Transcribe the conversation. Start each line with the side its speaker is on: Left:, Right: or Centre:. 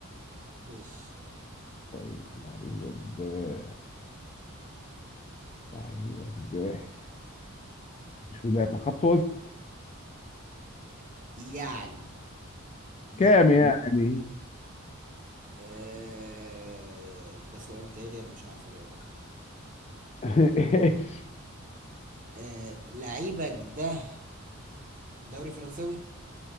Right: مش
Left: طيب لعيبك ده لعيبه سباح مش مدافع خط وسط
Right: يعني يعني
Left: كام يعني
Right: آه، ده سؤال تاني انا مش عارف اجاوبك عليه
Left: <laughs> ايش
Right: آه، لعيبك ده دوري فرنساوي